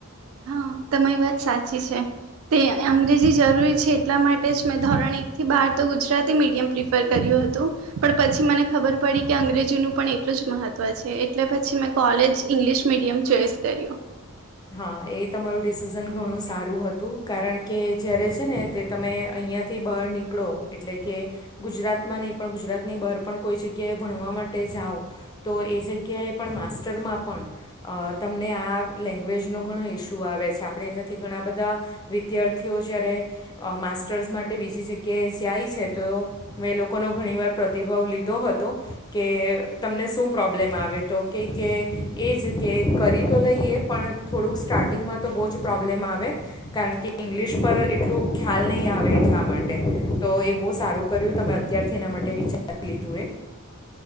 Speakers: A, on the right; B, on the left.
A: હા તમારી વાત સાચી છે તે અંગ્રેજી જરૂરી છે એટલા માટે જ મેં ધોરણ એકથી બાર તો ગુજરાતી મીડિયમ પ્રિફર કર્યું હતું પણ પછી મને ખબર પડી કે અંગ્રેજીનું પણ એટલું જ મહત્ત્વ છે એટલે પછી મેં કોલેજ ઇંગ્લિશ મીડિયમ ચોઈસ કર્યો
B: હા એ તમારું ડિસિઝન ઘણું સારું હતું કારણ કે જ્યારે છે ને તે તમે અહીંયા થી બહાર નીકળો એટલે કે ગુજરાતમાં નહીં પણ ગુજરાતની બહાર પણ કોઈ જગ્યા જગ્યાએ ભણવા માટે જાઓ તો એ જે ક્યાય પણ માસ્ટરમાં પણ અ તમને આ લે લેંગ્વેજનો ઘણો ઇસ્યુ આવે છે આપણે ત્યાંથી ઘણા બધા વિદ્યાર્થીઓ જ્યારે માસ્ટર્સ માટે બીજી જગ્યાએ જાય છે તો મેં લોકોનો ઘણીવાર પ્રતિભાવ લીધો હતો કે તમને શું પ્રોબ્લેમ આવે તો કે કે એ જ કે કરી તો લઈએ પણ થોડુંક સ્ટાર્ટિંગમાં તો બહુ જ પ્રોબ્લેમ આવે કારણ કે કે ઇંગ્લિશ પર એટલું ખ્યાલ નહીં આવે એટલા માટે તો એ બહુ સારું કર્યું તમે અત્યારથી એના માટે વિચારી લીધું એ